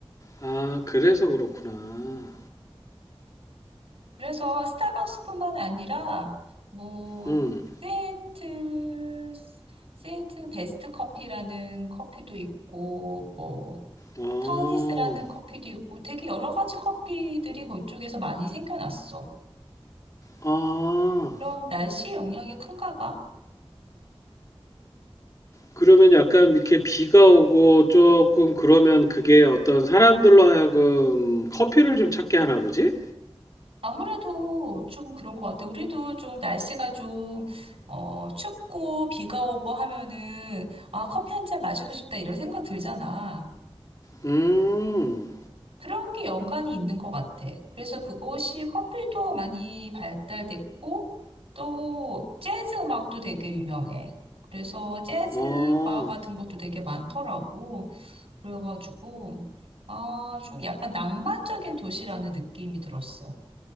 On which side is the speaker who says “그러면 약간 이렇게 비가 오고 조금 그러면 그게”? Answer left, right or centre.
Left